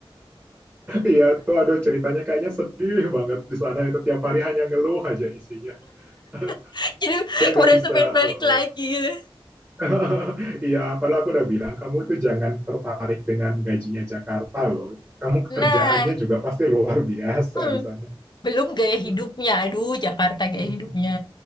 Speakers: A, on the right; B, on the left.
A: Iya <laughs> tuh aduh ceritanya kayaknya sedih banget di sana itu tiap hari hanya ngeluh aja isinya. <laughs>
B: <laughs> Jadi
A: Dia nggak
B: merasa
A: bisa
B: pengen balik
A: uh, uh,
B: lagi gitu.
A: <laughs> Iya, padahal aku udah bilang, kamu itu jangan tertarik dengan gajinya Jakarta loh. Kamu kerjaannya
B: Nah,
A: juga pasti luar biasa
B: hmm,
A: di sana.
B: belum gaya
A: <laughs>
B: hidupnya. Aduh, Jakarta gaya
A: mm
B: hidupnya.